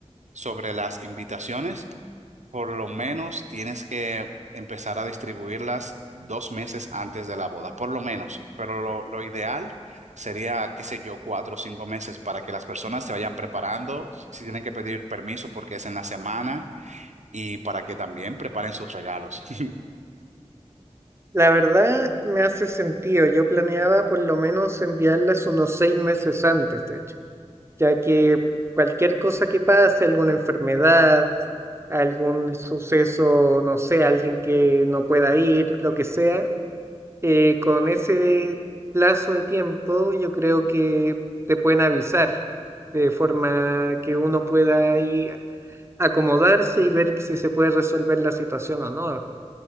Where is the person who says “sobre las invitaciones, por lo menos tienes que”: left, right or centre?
Right